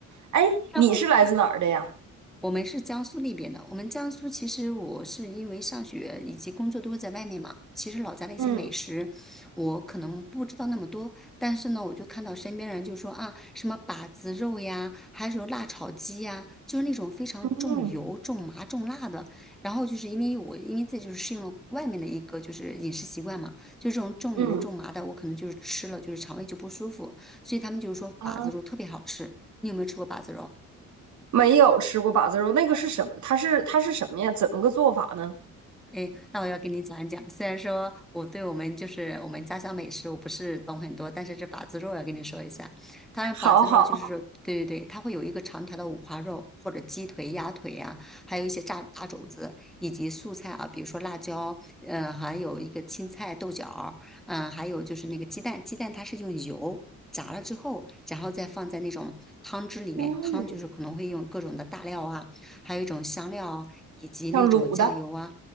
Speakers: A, on the right (about 70°); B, in the centre.
A: 哎，
B: 然后
A: 你是来自哪儿的呀？
B: 我们是江苏那边的，我们江苏其实我是因为上学以及工作都是在外面嘛，其实老家的一些美食我可能不知道那么多，
A: 嗯
B: 但是呢，我就看到身边人就说啊，什么把子肉呀，还有辣炒鸡呀，就是那种非常重油、
A: 嗯
B: 重麻、重辣的。然后就是因为我因为这就是适应了外面的一个就是饮食习惯嘛，就这种重油重麻的，
A: 嗯
B: 我可能就是吃了就是肠胃就不舒服，所以他们就是说把子肉特别好吃。
A: 啊，
B: 你有没有吃过把子肉？
A: 没有吃过把子肉，那个是什么？它是它是什么呀？怎么个做法呢？
B: 诶，那我要跟你讲一讲。虽然说我对我们就是我们家乡美食我不是懂很多，但是这把子肉要跟你说一下。它把子肉就是说对对对，
A: 好好，
B: 它会有一个长条的五花肉，或者鸡腿、鸭腿呀、还有一些炸大肘子，以及素菜啊，比如说辣椒，嗯、还有一个青菜、豆角儿嗯、还有就是那个鸡蛋，鸡蛋它是用油。炸了之后，然后再放在那种汤汁里面，
A: 嗯，
B: 汤就是可能会用各种的大料啊，还有一种香料啊，以及那种酱油啊，
A: 像卤的，